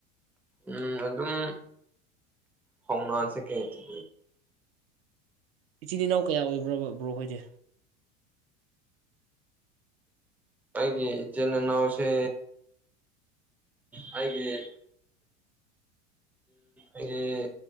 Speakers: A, in the centre; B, on the right.
A: ꯎꯝ ꯑꯗꯨꯝ ꯍꯧꯉꯁꯦ ꯀꯩ ꯍꯥꯏ ꯊ
B: ꯏꯆꯤꯜ ꯏꯅꯥꯎ ꯀꯌꯥ ꯑꯣꯏꯕ꯭ꯔꯕ꯭ꯔꯣ ꯑꯣꯏꯣꯏꯗꯤ
A: ꯑꯩꯒꯤ ꯏꯆꯤꯟ ꯏꯅꯥꯎꯁꯦ ꯍꯥꯏꯦ ꯑꯩꯦ